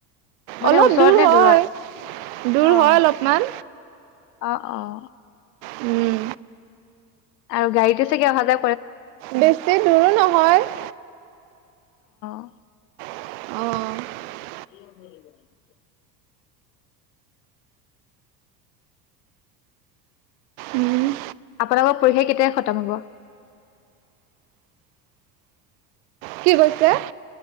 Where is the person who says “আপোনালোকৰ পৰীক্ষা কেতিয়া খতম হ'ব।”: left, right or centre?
Left